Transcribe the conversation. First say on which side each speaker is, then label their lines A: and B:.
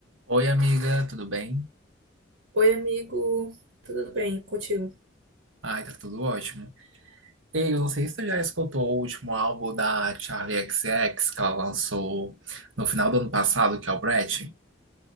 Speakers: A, on the right (about 85°); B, on the right (about 70°).
A: Oi, amiga, tudo bem?
B: Oi, amigo, tudo bem contigo?
A: Ai, tá tudo ótimo. Ei, eu não sei se tu já escutou o último álbum da Charli XCX que ela lançou no final do ano passado, que é o Brett.